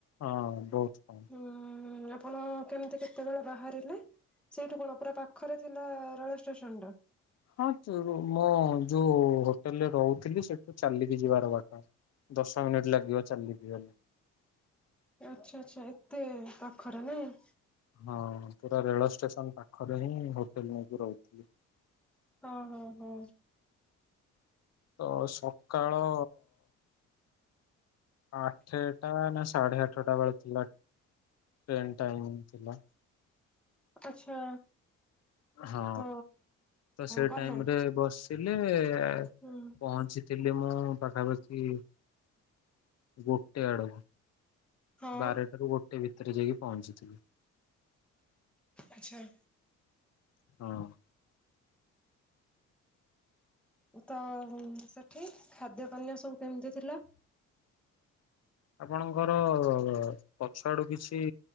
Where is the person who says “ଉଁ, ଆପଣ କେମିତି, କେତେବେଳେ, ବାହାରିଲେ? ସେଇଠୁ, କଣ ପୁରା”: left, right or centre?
Centre